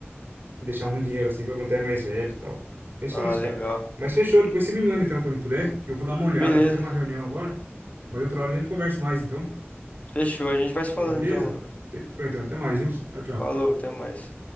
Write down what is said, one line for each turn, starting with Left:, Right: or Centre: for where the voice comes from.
Right: deixar um dinheiro assim para quando é mais velho e tal. Penso
Left: Ah,
Right: nisso,
Left: legal.
Right: cara. Mas fechou, depois você me manda então quando puder, que eu vou dar uma olhada,
Left: Beleza.
Right: vou ter uma reunião agora. Mas outra hora a gente conversa mais, então.
Left: Fechou. A gente vai se falando
Right: Beleza?
Left: então, mano.
Right: Fechou então, até mais, viu? Tchau, tchau.
Left: Falou, até mais.